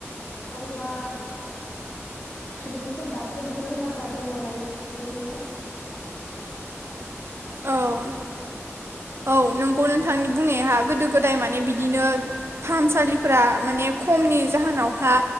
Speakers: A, on the left; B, on the right.
A: आरोबा <unintelligible> सुबुंफोर दा <inaudible> बैफोर बेमारफ्रा दङ होननानै मिथिनो मोनो। <inaudible>
B: औ औ औ नोंगौ नोंथांनि बुंनाया गोदो गोदाय माने बिदिनो फाहामसालिफोरा माने खमनि जाहोनावहा